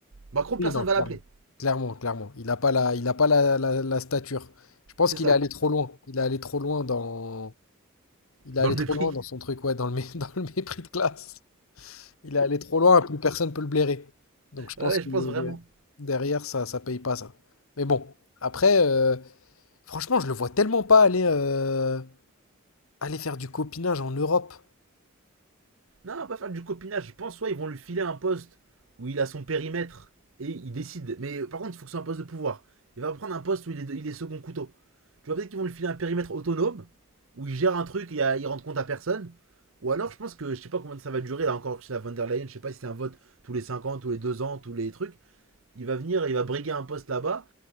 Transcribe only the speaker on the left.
Oui,
non, clairement,
clairement, clairement. Il a pas la, il a pas la, la- la stature. Je pense
qu'il
est allé trop loin. Il est allé trop loin dans, Il est allé
trop
loin dans son truc, ouais, dans le, mé- <laughs> dans le mépris de classe. Il est allé trop loin, plus personne peut le blairer. Donc je pense
que
euh,
derrière, ça, ça paye pas ça. Mais bon, après, euh, franchement, je le vois tellement pas aller. euh, Aller faire du copinage en Europe!